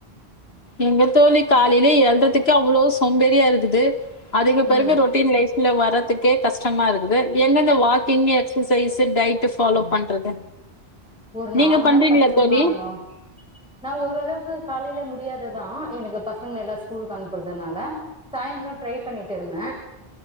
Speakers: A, on the left; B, in the centre.
A: எங்க தோழி காலைல எழ்றதுக்கே அவ்ளோ சோம்பேரியா இருக்குது அதுக்கு பெறகு
B: ம்
A: ரொட்டீன் லைஃப் ல வர்றதுக்கே கஷ்டமா இருக்குது எங்கருந்து walking exercise diet follow பண்றது
B: ஒரு
A: நீங்க
B: நால்
A: பண்றீங்களா
B: நாள் கஷ்டொ
A: தோழி?
B: தாங்கோ நா ஓரளவுக்கு காலைல மு முடியாதுதா எனக்கு பசங்க எல்லா ஸ்கூல்க்கு அனுப்புறதுனால சாய்ந்தரோ ட்ரை பண்ணிட்டு இருந்த